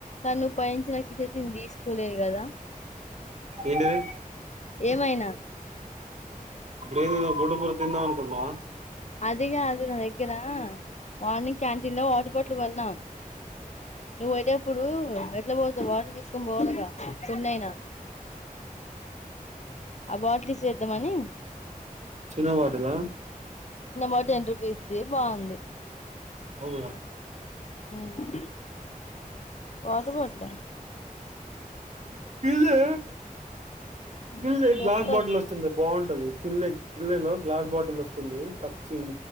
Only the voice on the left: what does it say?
కానువ్వు పైంచి నాకు చేతిను తీసుకోలేదు కదా
ఏమైనా
అదిగాదు నా దగ్గర మార్నింగ్ క్యాంటీన్ లో వాటర్ బాటిల్ కొన్నా నువ్వు అయితే అప్పుడు ఎట్లా పోతవు వాటర్ తీసుకొని పోవాలిగా సున్న అయినా అ బట్లిస్ <inaudible> దమని
<inaudible> టెన్ రూపీస్ ది బాగుంది
మ్మ్ వాటర్ బాటి దా
ఇటు
వస్తా